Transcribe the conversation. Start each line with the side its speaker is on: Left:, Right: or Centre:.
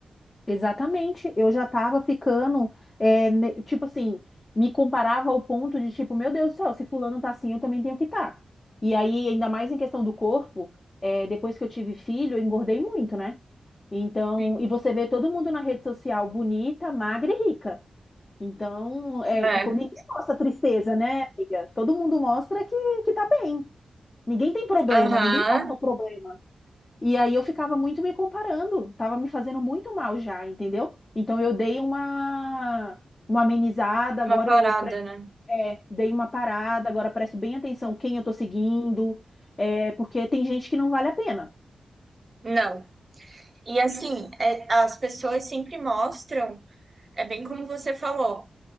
Left: Exatamente, eu já tava ficando, é, ne- tipo assim, me comparava ao ponto de tipo, meu Deus do céu, se fulano tá assim, eu também tenho que estar. E aí, ainda mais em questão do corpo, é, depois que eu tive filho, eu engordei muito, né? Então,
Right: Sim.
Left: e você vê todo mundo na rede social bonita, magra e rica. Então, é,
Right: É,
Left: é, co- ninguém mostra tristeza, né, amiga? Todo mundo mostra que, que tá bem. Ninguém tem problema,
Right: aham,
Left: ninguém mostra problema. E aí eu ficava muito me comparando, tava me fazendo muito mal já, entendeu? Então eu dei uma uma amenizada, agora
Right: uma parada,
Left: eu pre-
Right: né?
Left: é, dei uma parada, agora presto bem atenção quem eu tô seguindo, é, porque tem gente que não vale a pena.
Right: Não. E assim, é, as pessoas sempre mostram, é bem como você falou